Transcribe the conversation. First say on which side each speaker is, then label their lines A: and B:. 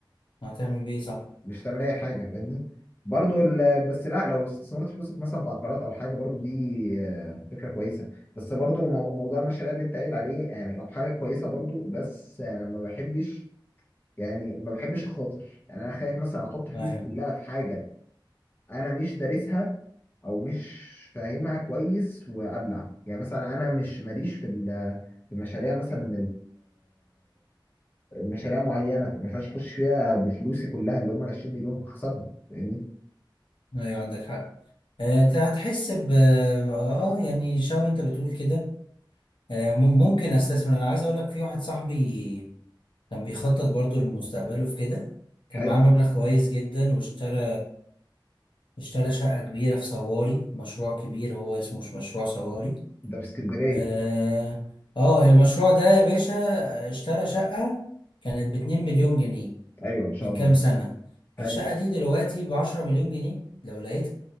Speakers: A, on the left (about 75°); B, on the left (about 25°).
A: هتعمل ايه صح
B: مش هتعمل اي حاجه فاهمني برضو ال... بس لا لو استثمرت فلوسك مثلا في عقارات او حاجه برضو دي آه، فكره كويسه بس برضو مو... موضوع المشاريع اللي انت قايل عليه يعني او حاجه كويسه برضو بس انا ما بحبش يعني ما بحبش اخاطر يعني انا خايف مثلا احط فلوسي
A: ايوه
B: كلها في حاجه انا مش دارسها او مش فاهمها كويس وابلع يعني مثلا انا مش ماليش في ال... في مشاريع مثلا مشاريع معينه فما ينفعش اخش فيها بفلوسي كلها اللي هم ال 20 مليون هخسرهم فاهمني
A: ايوه عندك حق آه، ت- هتحس ب اه يعني شبه انت بتقول كده آه، مم- ممكن استثمر انا عايز اقول لك في واحد صاحبي كان بيخطط برضو لمستقبله في كده كان
B: حلو
A: معاه مبلغ كويس جدا واشترى اشترى شقة كبيرة في صواري مشروع كبير هو اسمه مش مشروع صواري
B: ده في اسكندريه
A: اه آه، المشروع ده يا باشا آه، اشترى شقة كانت باتنين مليون جنيه
B: ايوه ما شاء
A: من
B: الله
A: كام سنة
B: حلو
A: الشقة دي دلوقتي بعشرة مليون جنيه لو لقيتها